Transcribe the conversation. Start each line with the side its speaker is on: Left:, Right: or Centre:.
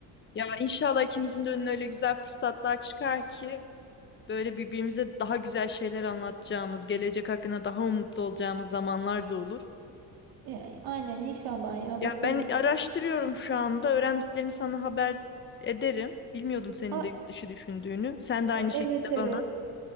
Left: Ya inşallah ikimizin de önüne öyle güzel fırsatlar çıkar ki böyle birbirimize daha güzel şeyler anlatacağımız, gelecek hakkında daha umutlu olacağımız zamanlar da olur.
Right: E, aynen inşallah ya
Left: Ya
Right: bakalım.
Left: ben araştırıyorum şu anda. Öğrendiklerimi sana haber ederim. Bilmiyordum senin
Right: A,
Left: de yurt dışı düşündüğünü. Sen de
Right: e,
Left: aynı
Right: evet
Left: şekilde
Right: evet.
Left: bana.